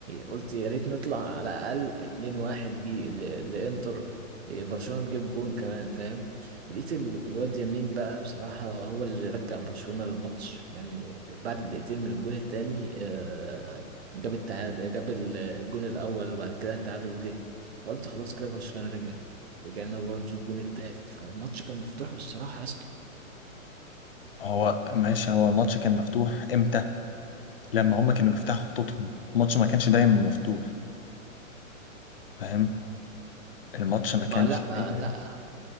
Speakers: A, on the right; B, on the left.
A: قلت يا ريت نطلع على الاقل 2-1 لي ل- لانتر إيه، برشلونة تجيب جون كمان فاهم لقيت ال- الواد يمين بقى بصراحة هو اللي رجع برشلونة للماتش يعني بعد دقيقتين من الجون التاني آه، جاب التعادل جاب ال- الجون الأول وبعد كده التعادل جه فقلت خلاص كده برشلونة رجعت رجعنا برضه الجون التالت فالماتش كان مفتوح بصراحة يا اسطى
B: هو ماشي هو الماتش كان مفتوح امتى لما هما كانوا بيفتحوا خطوطهم الماتش ما كانش دايما مفتوح فاهم الماتش ما كانش
A: ما لا
B: دايما
A: لا